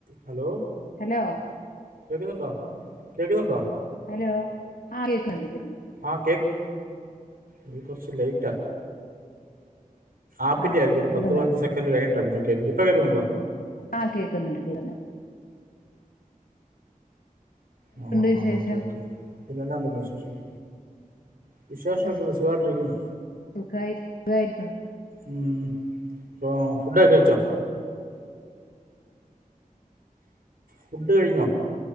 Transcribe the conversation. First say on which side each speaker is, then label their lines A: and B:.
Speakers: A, on the right (about 85°); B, on the left (about 80°).
A: Hello
B: hello
A: കേക്കുന്നുണ്ടോ കേക്കുന്നുണ്ടാ
B: hello ആ കേക്കണ്ട് കേ
A: ആഹ് കേക്ക് ഇത് കുറച്ച് ലേറ്റാ ആപ്പിന്റെ
B: ആണോ
A: ആരിക്കും ഒരു
B: കേക്കുന്നുണ്ട്
A: പത്ത്പതിനഞ്ച് സെക്കൻറ് കഴിഞ്ഞിട്ടാ പിന്നെ കേക്ക്ത് ഇപ്പ കേക്കുന്നുണ്ടോ
B: ആഹ് കേക്കുന്നുണ്ട് കിള്ളുന്നേ
A: ആ ഹാ
B: വിശേഷം
A: ഹാ ഓക്കേ ഓക്കേ പിന്നെന്നന്ത്ന്നെ വിശേഷം വിശേഷമൊക്കെ
B: യെസ്
A: ഒന്ന് സുഖമായിട്ടിരിക്കുന്നു
B: സുഖായി സുഖായിരിക്കുണു
A: ഉം പ്പോ ഫുഡൊക്കെ കഴിച്ചോ ഫുഡ് കഴിഞ്ഞോ